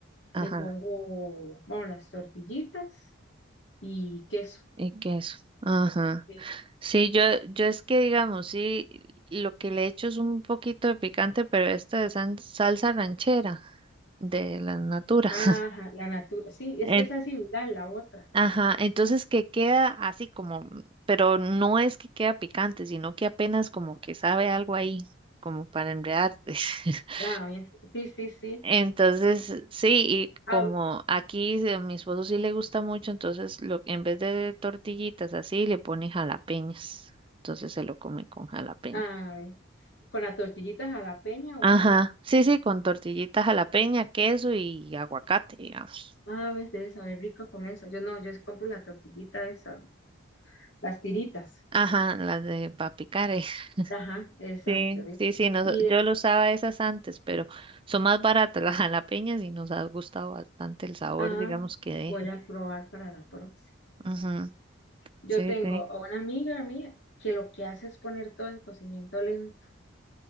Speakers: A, on the right; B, on the left.
A: ajá.
B: le pongo, bueno, las tortillitas y queso.
A: Y queso. Ajá.
B: Sí.
A: Sí, yo, yo es que digamos, sí, lo que le echo es un poquito de picante, pero esta es san- salsa ranchera de la natura.
B: Ajá,
A: <laughs>
B: la natura, sí,
A: En-
B: es que esa es similar a la otra.
A: ajá, entonces que queda así como, pero no es que queda picante, sino que apenas como que sabe algo ahí, como para enredarte. <laughs>
B: Wow, sí, sí, sí.
A: Entonces, sí, y
B: Ah,
A: como aquí sí, a mi esposo sí le gusta mucho, entonces lo, en vez de tortillitas así, le pone jalapeñas. Entonces se lo come con jalapeña.
B: ah, con las tortillitas a la peña
A: Ajá,
B: o...
A: sí, sí, con tortillitas jalapeña, queso y aguacate, digamos.
B: Ah, ves, debe saber rico con eso. Yo no, yo compro la tortillita esa, las tiritas.
A: Ajá, las de papicare. <laughs>
B: Ajá, exacto,
A: Sí,
B: ¿ves?
A: sí, sí, nos-
B: Y des-
A: yo lo usaba esas antes, pero son más baratas las jalapeñas y nos ha gustado bastante el sabor,
B: ah,
A: digamos, que deja.
B: voy a probar para la próxima.
A: Ujú,
B: Yo
A: Sí,
B: tengo
A: sí.
B: a una amiga mía que lo que hace es poner todo en cocimiento lento.